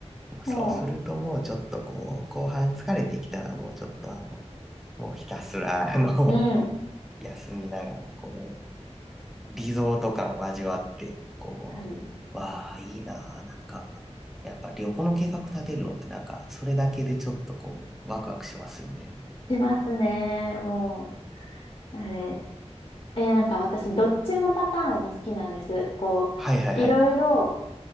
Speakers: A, in the centre; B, on the left.
A: そうするともうちょっとこう、
B: も
A: 後半疲れてきたらもうちょっとあの、もうひたすらあの、
B: う、
A: <laughs>
B: うん、
A: 休みながらこう、リゾート感を味わって、こ
B: あり
A: う、わあ、いいなあ、なんか、やっぱ旅行の計画立てるのってなんか、それだけでちょっとこう、ワクワクしますよね。
B: しますね。もう、あれ、えーなんか私、どっちのパターンも好きなんです。こう、
A: はいはいはい。
B: いろいろ、